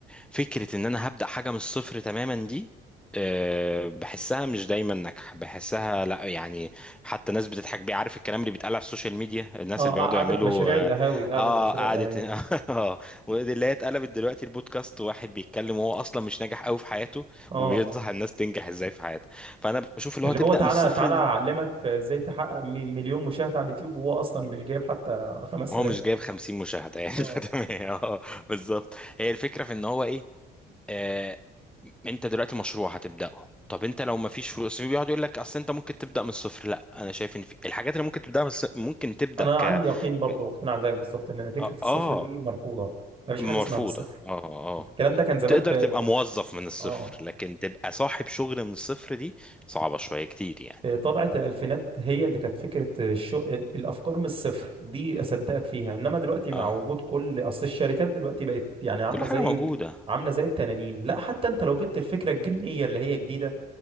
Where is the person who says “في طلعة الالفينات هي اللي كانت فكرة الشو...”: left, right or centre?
Right